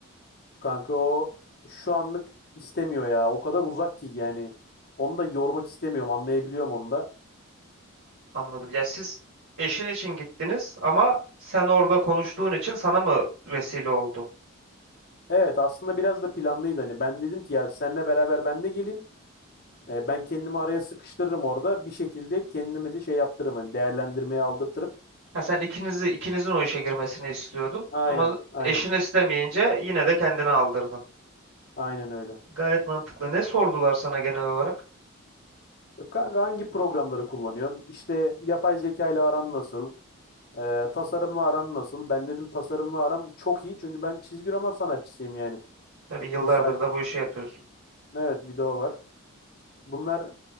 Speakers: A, on the left (about 45°); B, on the right (about 65°).
A: Kanka o şu anlık istemiyor ya. O kadar uzak ki yani. Onu da yormak istemiyorum. Anlayabiliyorum onu da.
B: Anladım. Ya siz eşin için gittiniz ama sen orada konuştuğun için sana mı vesile oldu?
A: Evet aslında biraz da planlıydı. Hani ben dedim ki ya seninle beraber ben de geleyim. E, Ben kendimi araya sıkıştırırım orada. Bir şekilde kendimi de şey yaptırırım. Hani değerlendirmeye aldırtırım.
B: Ha sen ikinizi ikinizin o işe girmesini istiyordun
A: Aynen,
B: ama
A: aynen.
B: eşin istemeyince yine de kendini aldırdın.
A: Aynen öyle.
B: Gayet mantıklı. Ne sordular sana genel olarak?
A: E, Kanka hangi programları kullanıyorsun? İşte yapay zeka ile aran nasıl? E, tasarımla aran nasıl? Ben dedim tasarımla aram çok iyi. Çünkü ben çizgi roman sanatçısıyım yani.
B: Tabii yıllardır
A: Bu saat.
B: da bu işi yapıyorsun.
A: Evet bir de o var. Bunlar